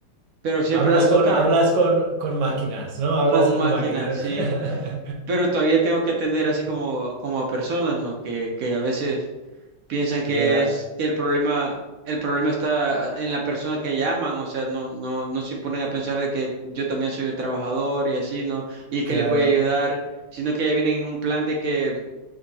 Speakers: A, on the right; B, on the right.
A: pero siempre
B: hablas
A: me toca
B: con, hablas
A: hablar
B: con, con máquinas,
A: <laughs>
B: ¿no? Hablas
A: con
B: con
A: máquinas,
B: máquinas.
A: sí,
B: <laughs>
A: pero todavía tengo que atender así como, como a personas, ¿no? Que, que a veces piensan que
B: Ya,
A: es que el problema, el problema está en la persona que llaman, o sea, no, no, no se ponen a pensar de que yo también soy un trabajador y así, ¿no? Y
B: claro,
A: que les voy a ayudar, sino que ya vienen en un plan de que